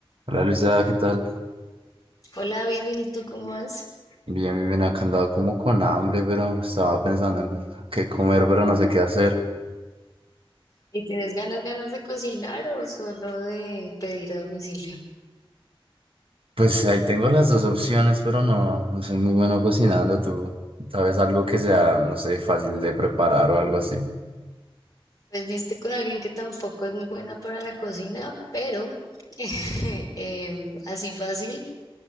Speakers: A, on the right; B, on the left.
A: Hola Luisa, ¿qué tal?
B: Hola David, bien, ¿y tú cómo vas?
A: Bien, bien, bien, acá andaba como con hambre, pero estaba pensando en qué comer, pero no sé qué hacer.
B: ¿Y tienes ganas, ganas de cocinar o solo de pedir a domicilio?
A: Pues ahí tengo las dos opciones, pero no, no soy muy bueno cocinando. ¿Tú sabes algo que sea, no sé, fácil de preparar o algo así?
B: Pues diste con alguien que tampoco es muy buena para la cocina, pero <laughs> em, así fácil,